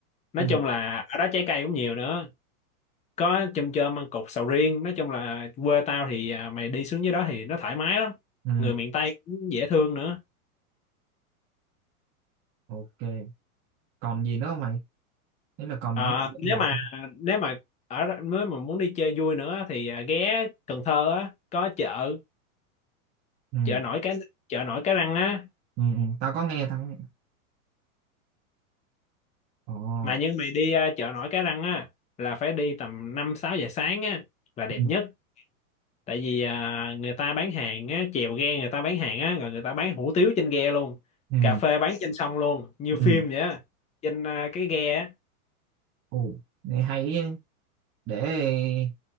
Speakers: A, on the left; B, on the right.
A: nói
B: Ừ.
A: chung là ở đó trái cây cũng nhiều nữa có chôm chôm ăn cục sầu riêng nói chung là quê tao thì à, mày đi xuống dưới đó thì nó thoải mái lắm
B: Ừ.
A: người miền Tây cũng dễ thương nữa
B: Ok. Còn gì nữa không mày? Thế là còn
A: à,
B: những chỗ
A: nếu
B: nào
A: mà
B: không?
A: nếu mà ở đó- nếu mà muốn đi chơi vui nữa thì à, ghé Cần Thơ á có chợ
B: Ừ.
A: chợ nổi cái chợ nổi Cái Răng á
B: ừ, ừ. tao có nghe tao có nghe ồ
A: mà nhưng mày đi à, chợ nổi Cái Răng á là phải đi tầm năm sáu giờ sáng á là đẹp
B: ừ
A: nhất tại vì à, người ta bán hàng á, chèo ghe người ta bán hàng á rồi người ta bán hủ tiếu trên ghe luôn
B: ừ
A: cà phê bán trên sông luôn như
B: ừ
A: phim vậy á trên à, cái ghe á
B: ồ nghe hay ý. để